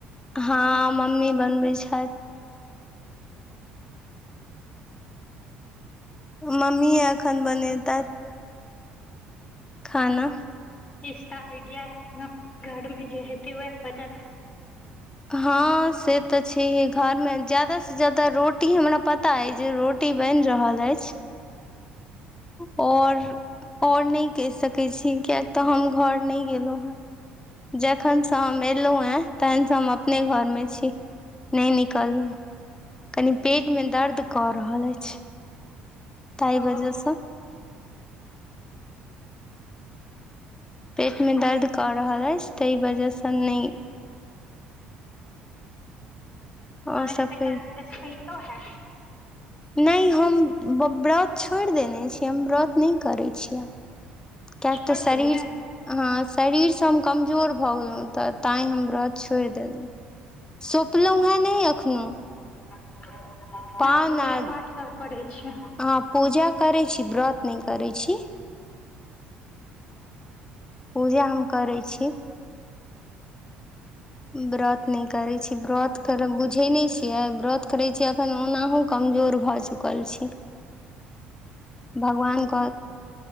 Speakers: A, on the left; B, on the left.
A: हँ मम्मी बनबै छैथ मम्मीये एखन बनेतेथ खाना
B: इसका आइडिया हैत न घर मे जे हेतै वैह बनैत
A: हँ से तऽ छैहे घरमे ज्यादास से ज्याददा रोटी हमरा पता अछि जे रोटी बनि रहल अछि और आओर नहि कहि सकैत छी कियक तऽ हम घर नहि गेलहुँ हँ जखनसँ हम एलहुँ हे तेहेनसँ हम अपने घरमे छी नहि निकललहुँ कनी पेटमे दर्द कऽ रहल अछि तहि
B: आओर
A: बजस स पेटमे दर्द कऽ रहल अछि ताहि वजहसँ नहि आओर
B: आहाँके
A: सभके
B: तऽ काज अभि तक होइतो हैत
A: नहि हम व्रत छोड़ि देने छियै हम व्रत नहि करैत छियै किएक
B: छोट
A: तऽ शरीर
B: देलिये का
A: हँ शरीरसँ हम कमजोर भऽ गेलहुँ तऽ त तैय हम व्रत छोइर देलहुँ सौपलहुँ हे नइह एखनोहु
B: <unintelligible>
A: पान
B: अच्छा पूजा
A: आ
B: पाठ सब करै छियै
A: ह पूजा करै छी व्रत नहि करै छी पूजा हम करै छी व्रत नहि करै छी व्रत कर बुझै नहि छियै व्रत करै छियै अखन ओनाहु कम कमजोर भऽ चुकल छी भगवान क